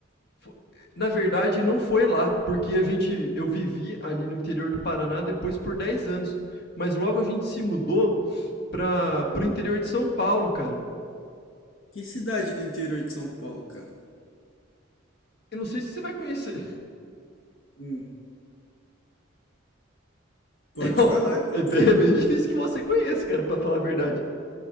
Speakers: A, on the left; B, on the left.
A: fo- na verdade, não foi lá, porque a gente, eu vivi ali no interior do Paraná depois por 10 anos. Mas logo a gente se mudou para pro
B: Hum.
A: interior de São Paulo, cara.
B: Que cidade do interior de São Paulo, cara?
A: Eu não sei se você vai conhecer.
B: Hum. Pode
A: Ó,
B: falar, qual?
A: é bem,
B: ci-
A: é bem difícil que você conheça, cara, pra falar a verdade.